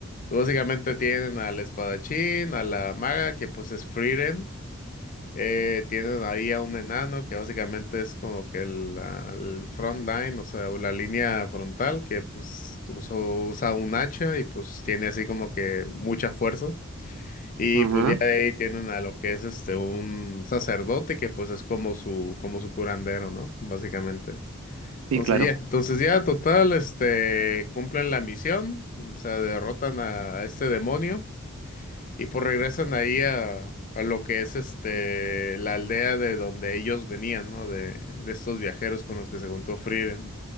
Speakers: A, on the left; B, on the right.
A: básicamente tienen al espadachín, a la maga, que pues es Frieren. Eh, tienen ahí a un enano que básicamente es como que el, la- el front line, o sea, o la línea frontal, que pues usa, usa un hacha y pues tiene así como que mucha fuerza. Y
B: Ajá.
A: pues ya de ahí tienen a lo que es este un sacerdote que pues es como su, como su curandero, ¿no? Básicamente. Entonces
B: Sí, claro.
A: ya, entonces ya total, este, cumplen la misión, o sea, derrotan a a este demonio. Y pues regresan ahí a, a lo que es este la aldea de donde ellos venían, ¿no? De, de estos viajeros con los que se juntó Frieren.